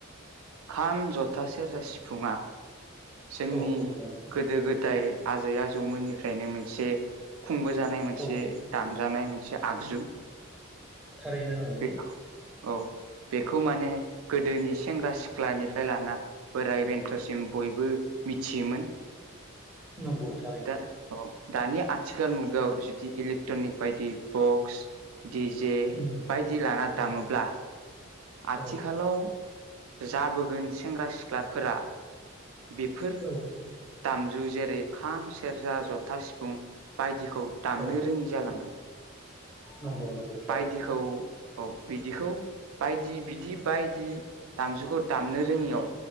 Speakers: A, on the right; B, in the centre.
A: खाम जथा सेरजा सिफुङा जोंनि
B: औ औ नंगौ
A: गोदो गोदाय आजै आजौमोननिफ्रायनो मोनसे खुंबोजानाय मोनसे
B: औ
A: दामजानाय मोनसे आगजु
B: थारैनो नांगौ
A: बेखौ औ बेखौ माने गोदोनि सेंग्रा सिख्लानिफ्राय लाना बोराय बेन्थ'सिम बो मिथियोमोन।
B: नंगौ थारैनो
A: दा औ दानि आथिखाल मुगायाव जुदि इलेक्ट्रनिक बायदि बक्स दि जे
B: उम
A: बायदि लाना दामोब्ला
B: औ
A: आथिखालाव
B: औ
A: जाबोगोन सेंग्रा सिख्लाफोरा बेफोर
B: औ
A: दामजु जेरै खाम सेरजा जथा सिफुं बायदि खौ दामनो
B: औ
A: रोङि जालांगोन।
B: नंगौ नंगौ थारैनो
A: बायदिखौ औ बिदिखौ बायदि बिदि बायदि दामजुखौ दामनो रोङियाव